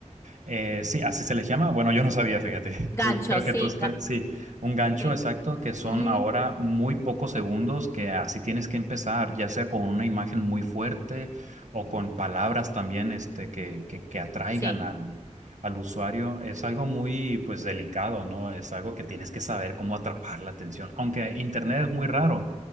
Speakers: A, on the right; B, on the left.
A: Eh, sí, así se les llama. Bueno, yo no sabía, fíjate.
B: Gancho,
A: <laughs> Creo, creo
B: sí,
A: que tú estás,
B: ga-
A: sí, un gancho
B: sí.
A: exacto que son
B: Ujú,
A: ahora muy pocos segundos que así tienes que empezar, ya sea con una imagen muy fuerte o con palabras también este, que, que, que atraigan
B: Sí.
A: al, al usuario. Es algo muy, pues, delicado, ¿no? Es algo que tienes que saber cómo atrapar la atención, aunque Internet es muy raro.